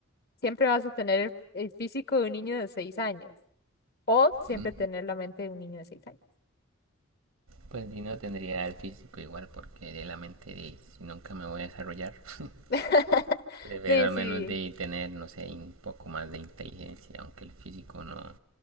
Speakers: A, on the left; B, on the right.
A: siempre vas a tener el, el físico de un niño de seis años o siempre
B: Mm,
A: tener la mente de un niño de seis años.
B: Pues Dino tendría el físico igual porque de la mente de si nunca me voy a desarrollar. <laughs>
A: <laughs>
B: Prefiero
A: Sí,
B: al
A: sí,
B: menos de tener, no sé, un poco más de inteligencia, aunque el físico no,